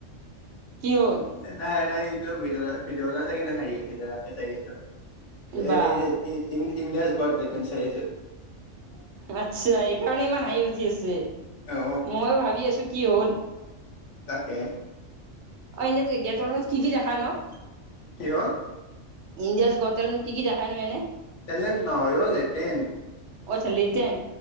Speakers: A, on the right; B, on the left.
A: কি হ'ল?
B: নাই নাই এইটো ভিডিঅ, ভিডিঅ এটা চাই হাঁহি উঠিছে <unintelligible> এ,
A: বা
B: হেইজে ইন, ইণ্ডিয়া <unintelligible>
A: অ' আচ্ছা, এইকাৰণে ইমান হাঁহি উঠি আছে।
B: অ
A: মই ভাবি আছোঁ কি হ'ল।
B: তাকেই।
A: অ' এনে গেটৰ ত' কি কি দেখা নো?
B: কিহত?
A: ইণ্ডিয়াজ গতেলত কি কি দেখাই নো এনে?
B: তেলেন নহয় অ' লেতেন।
A: অ' আচ্ছা লেতেন।